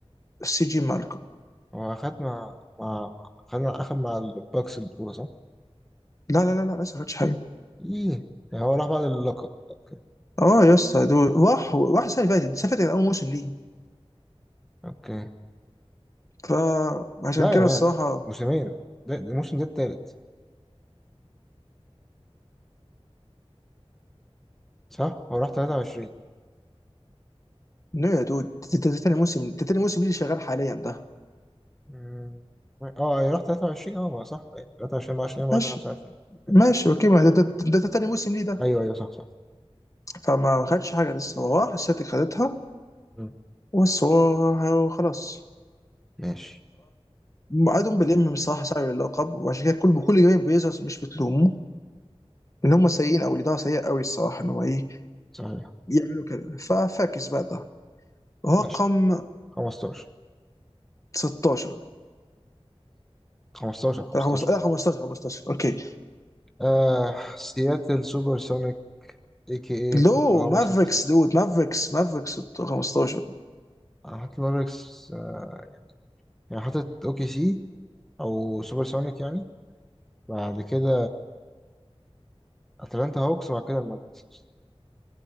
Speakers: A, on the left; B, in the centre.
A: سي جي مالكم
B: هو أخد مع مع مع- أخد مع أخد مع الباكس البطولة صح؟
A: لا لا لا لا لسه ما خدش حاجه
B: إيه يعني هو راح بعد اللقب أوكي
A: اه يا اسطى دول راح راح السنه اللي فاتت السنه اللي فاتت كان اول موسم ليه
B: أوكي
A: فعشان
B: لا
A: كده
B: يا مان
A: الصراحه
B: موسمين ده ده الموسم ده التالت صح هو راح 23
A: نو يا دود ده ده- ده تاني موسم ده تاني موسم ليه شغال حاليا ده
B: مم. اه ايوه راح 23 اه ما صح ايوه 23 24 24
A: ماشي
B: 25
A: ماشي
B: ايوه صح
A: اوكي ما ده ده ده- ده تاني موسم ليه ده
B: ايوه ايوه صح صح
A: فما خدش حاجه لسه هو راح السلتيك خدتها
B: مم.
A: بس هو خلاص
B: ماشي
A: فادهم بيلم بصراحه سعي اللقب وعشان كده كل كل جماهير بيزرز مش بتلومه ان هم سيئين او الاداره سيئه قوي الصراحه ان هو ايه
B: صحيح
A: يعملوا كده ففاكس بقى ده رقم
B: ماشي 15
A: 16
B: 15 15
A: لا 15 لا 15 15 اوكي
B: آه سياتل سوبر سونيك اي كي اي
A: لو
B: اوكلاهوما
A: مافريكس
B: سيتي سونيك
A: دود مافريكس مافريكس 15
B: انا حاطط مافريكس آه يعني حاطط اوكي سي او سوبر سونيك يعني بعد كده اتلانتا هوكس وبعد كده المافريكس